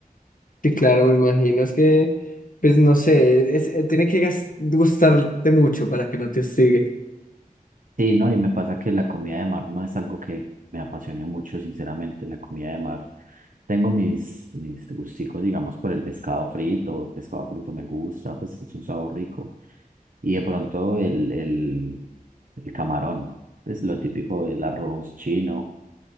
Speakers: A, on the left; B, on the right.
A: Sí, claro, me imagino. Es que, pues no sé, es- eh, tiene que gas- gustarte mucho para que no te hostigue.
B: Sí, no, y me pasa que la comida de mar no es algo que me apasiona mucho, sinceramente, la comida de mar. Tengo mis, mis gusticos, digamos, por el pescado frito, el pescado frito me gusta, pues es un sabor rico. Y de pronto el, el, el camarón, pues lo típico del arroz chino,